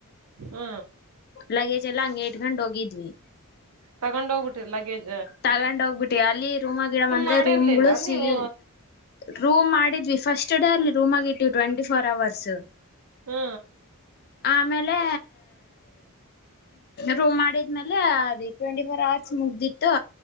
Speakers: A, on the right; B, on the left.
A: ಹ್ಮ
B: ಲಗೇಜ್ ಎಲ್ಲ ಹಂಂಗಗೆ ಇಟ್ಕಂಡ್ ಹೋಗಿದ್ವಿ
A: ತಗೊಂಡ್ ಹೋಗ್ಬಿಟ್ಟಿ ಲಗೇಜ್
B: ತಗೊಂಡ್ ಹೋಗ್ಬಿಟ್ಟಿ ಅಲ್ಲಿ ರೂಮ್ ಗಿಡಮ ಅಂದ್ರೆ
A: ಮಾಡಿರ್ಲಿಲ್ಲ
B: ರೂಮ್ಗಳು ಸಿಗಿಲ್
A: ನೀವು
B: ರೂಮ್ ಮಾಡಿದ್ವಿ ಫಸ್ಟ್ ಡೇ ಅಲ್ಲಿ ರೂಮ್ ಆಗಿಟ್ವಿ ಟ್ವೆಂಟಿ ಫೋರ್ ಅವರ್ಸ್
A: ಹಾ
B: ಆಮೇಲೆ ರೂ್ ಮಾಡಿದ್ಮೇಲೆ ಅದ ಟ್ವೆಂಟಿ ಫೋರ್ ಅವರ್ಸ್ ಮುಗ್ದಿತ್ತು